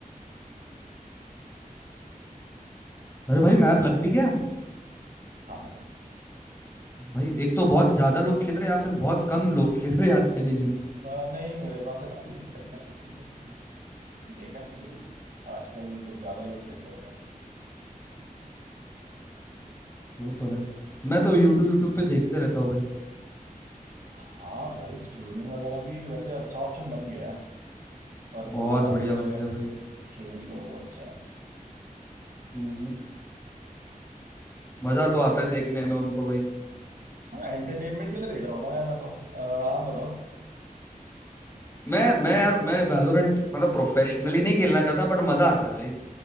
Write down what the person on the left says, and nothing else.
अरे भाई मैप लग भी गया
भाई एक तो बहुत ज्यादा लोग खेल रहे हैं या फिर बहुत कम लोग खेल रहे हैं आजकल ये गेम
वो तो है मैं तो यूट्यूब यूट्यूब पे देखते रहता हूँ भाई
बहुत
बढ़िया
बन
गया भाई
हम्म, मजा तो आता है देखने में उनको भाई
मैं मैं यार मैं वैलोरेंट मतलब प्रोफेशनली नहीं खेलना चाहता बट मजा आता है भाई